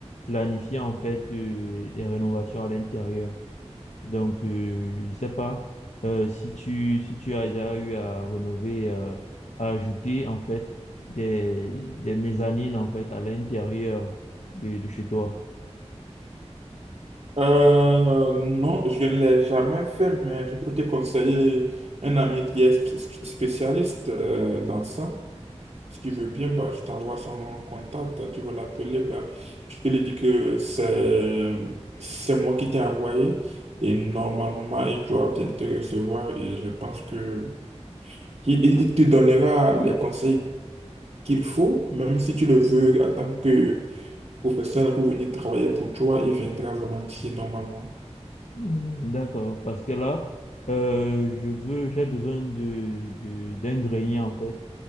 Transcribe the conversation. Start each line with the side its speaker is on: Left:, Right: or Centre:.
Left: planifier en fait euh, les rénovations à l'intérieur. Donc, euh, je ne sais pas euh, si tu, si tu as déjà eu à rénover, euh, à ajouter en fait des, des mezzanines en fait à l'intérieur de, de chez toi.
Right: Euh, non, je ne l'ai jamais fait, mais je peux te conseiller un ami qui est sp- sp- spécialiste euh, dans ça. Si tu veux bien, bah, je t'envoie son contact, tu vas l'appeler. Bah, je te lui dis que c'est c'est moi qui t'ai envoyé et normalement, il doit bien te recevoir et je pense que il, il- il te donnera les conseils qu'il faut, même si tu le veux en tant que professionnel pour venir travailler pour toi, il viendra volontiers normalement.
Left: Hmm, D'accord, parce que là, euh, je veux, j'ai besoin de, de, d'un grenier en fait.